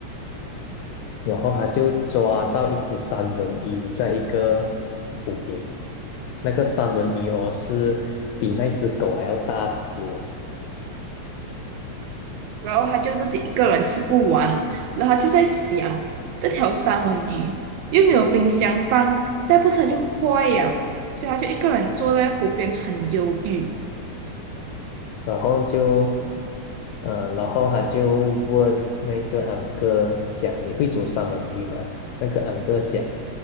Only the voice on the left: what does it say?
然后他就抓到一只三文鱼在一个湖边，那个三文鱼哦是比那只狗还要大只的
然后就，呃，然后他就问那个安哥讲你会煮三文鱼吗？那个安哥讲